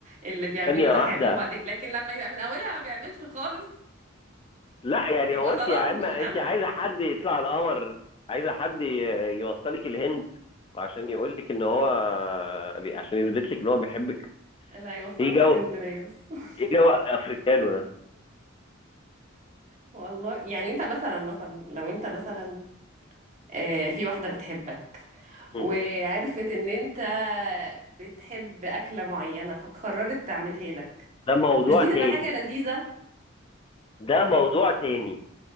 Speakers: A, on the right; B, on the left.
A: اللي بيعمله
B: ثانية
A: ده
B: واحدة
A: هيعمله بعدين لكن لما يبقى من اولها ما بيعملش خالص
B: لا يعني
A: يبقى
B: هو أنت
A: خلاص
B: يا عم
A: مفيش
B: أنت
A: امل
B: عايزة حد يطلع على القمر عايزة حد ي- يوصلك الهند وعشان يقول لك ان هو بي- عشان يثبت لك ان هو بيحبك
A: اللي هيوصلني
B: ايه جو
A: اسكندرية بس <laughs>
B: ايه جو افريكانو ده
A: والله يعني انت مثلا مثلا لو انت مثلا آه، في واحدة بتحبك
B: هم.
A: وعرفت ان انت بتحب أكلة معينة فقررت تعملها لك
B: ده موضوع
A: مش دي
B: تاني
A: تبقى حاجة لذيذة
B: ده موضوع تاني